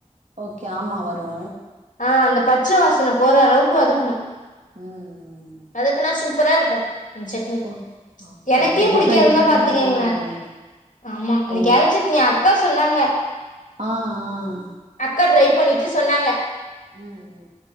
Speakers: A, on the right; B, on the left.
A: ஓகே ஆமா வரு
B: ஆ அந்த பச்ச வாசனை போற அளவுக்கு வதக்கணு
A: ம்
B: வதக்குனா சூப்பரா இருக்கு சட்னி
A: ஓ ஓகே
B: எனக்கே
A: ஓகே
B: புடிக்காதுனா
A: டிஃப்ரெண்ட் டிஃப்ரெண்டா
B: பாத்துக்கங்களே
A: ட்ரை பண்றீங்க
B: ஆமா அந்த
A: ஓ
B: கேரட் சட்னி அக்கா சொன்னாங்க
A: ஆ ஆ
B: அக்கா ட்ரை பண்ணிட்டு சொன்னாங்க
A: ம்